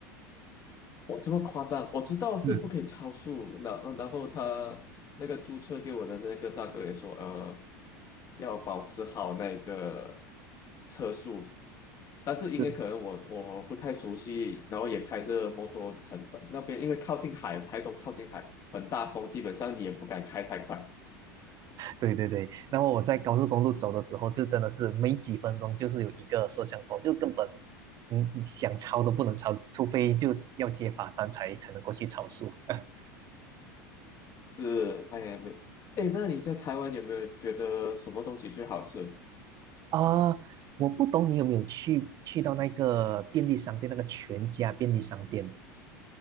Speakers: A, on the left; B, on the right.
A: 我这么夸张，我知道是不可以超速，
B: 嗯，
A: 那后然后他那个租车给我的那个大哥也说，呃，要保持好那个车速，但是因为可能我我不太熟悉，
B: <laughs> 对
A: 然后也开着摩托很那边，因为靠近海，台东靠近海，很大风，基本上你也不敢开太快。
B: 对对对，那么我在高速公路走的时候，就真的是没几分钟，就是有一个摄像头，就根本嗯想超都不能超，除非就要接罚单才才能够去超速。<laughs>
A: 是，哎呀，没有。哎，那你在台湾有没有觉得什么东西最好吃？
B: 啊我不懂你有没有去去到那个便利商店，那个全家便利商店，